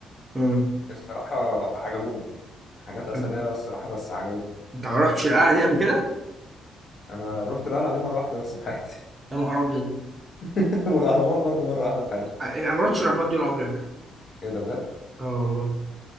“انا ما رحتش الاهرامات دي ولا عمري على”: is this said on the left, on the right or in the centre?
Right